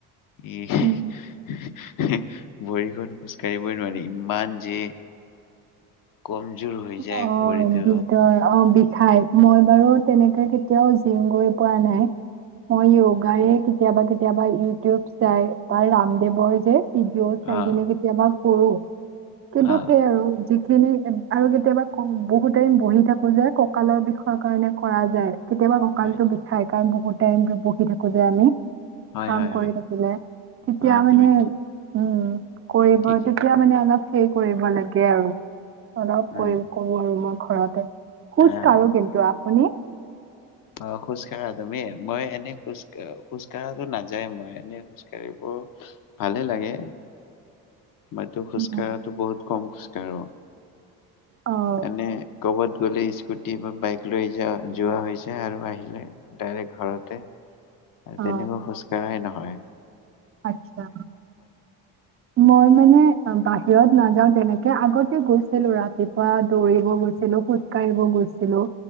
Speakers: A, on the left; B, on the right.
A: য়েহ।
B: উম।
A: ভৰিখন খোজ কাঢ়িবই নোৱাৰে ইমান যে। কমজোৰ হৈ যায়
B: অ
A: ভৰিটো
B: বিদ অ বিষ <unintelligible> ঠাইত মই বাৰু তেনেকে কেতিয়াও জিম গৈ পোৱা নাই। মই য়োগাই কেতিয়াবা কেতিয়াবা। কেতিয়াবা ইউটিউব চাই বা ৰামদেৱৰ যে। ভিডিঅ চাই
A: অ
B: কিনে কেতিয়াবা। কৰোঁ। কিন্তু
A: অ
B: সেয়া আৰু। <unintelligible> আৰু কেতিয়াবা কম, বহু টাইম বহি থাকো যে, কঁকালৰ বিষৰ কাৰণে কৰা যায়। কেতিয়াবা কঁকালটো
A: হয়
B: বিষায়। কাৰণ বহুত টাইম বহি থাকো যে আমি।
A: হয়
B: কাম
A: হয়
B: কৰি
A: হয়
B: থাকিলে, তেতিয়া
A: অ
B: মানে।
A: তুমি ঠি-
B: উম। কৰিব,
A: ঠিকেই
B: তেতিয়া
A: ক
B: মানে অলপ। সেই কৰিব লাগে আৰু। অলপ
A: উম
B: কৰি কৰো আৰু মই ঘৰতে। খোজ
A: আহ
B: কাঢ়ো কিন্তু। কোনে
A: অ' খোজ কাঢ়া তুমি? মই এনেই খোজকাঢ়-খোজকাঢ়াটো নাযায় মই, এনে খোজকাঢ়িব ভালে লাগে। মইতো খোজকঢ়াটো
B: উম।
A: বহুত কম খোজকাঢ়ো।
B: অ',
A: এনে ক'বাত <unintelligible> স্কুটি বা বাইক লৈ য-যোৱা হৈছে। আৰু আহিলে, ডাইৰেক্ট ঘৰতে। আৰু
B: অ',
A: তেনেকুৱা খোজকঢ়াই নহয়। হয়।
B: আচ্ছা। মই মানে বাহ হিৰত নাযাও তেনেকে, আগতে গৈছিলো ৰাতিপুৱা দৌৰিব গৈছিলো, খোজ কাঢ়িব গৈছিলো।